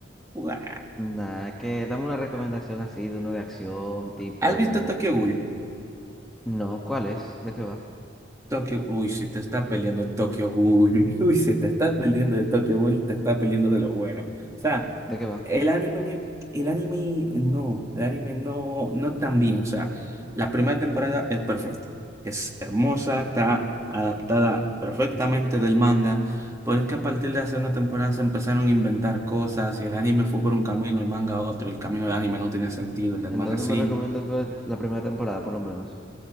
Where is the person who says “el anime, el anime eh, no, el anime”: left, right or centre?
Right